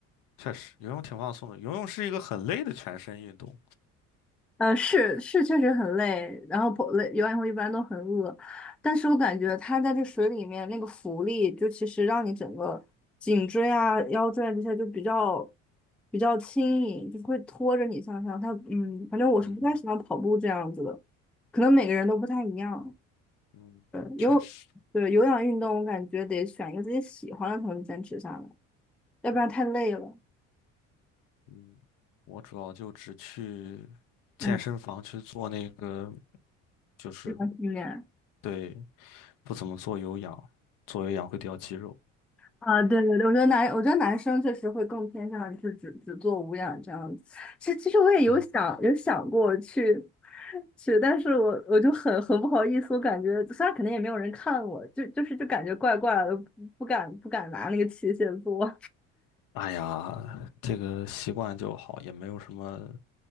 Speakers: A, on the left (about 60°); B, in the centre.
A: 确实，游泳挺放松的。游泳是一个很累的全身运动。
B: 呃，是是，确实很累，然后跑累游完以后一般都很饿，但是我感觉它在这水里面那个浮力，就其实让你整个颈椎啊、腰椎啊这些就比较比较轻盈，就是会拖着你向上。它嗯，反正我是不太喜欢跑步这样子的，
A: 嗯哼，
B: 可能每个人都不太一样。
A: 嗯，
B: 对，
A: 确实，
B: 有对有氧运动，我感觉得选一个自己喜欢的才能坚持下来，要不然太累了。
A: 嗯嗯，我主要就只去健身房去做那个，
B: 嗯，
A: 就是
B: 这种训练。
A: 对，不怎么做有氧，做有氧会掉肌肉。
B: 啊，对对对，我觉得男，我觉得男生确实会更偏向于是只只做无氧这样子。其实其实我也有想有想过去
A: 嗯，
B: 去，但是我我就很很不好意思，我感觉虽然肯定也没有人看我，就就是就感觉怪怪的，不不敢不敢拿那个器械做。
A: 哎呀，这个习惯就好，也没有什么。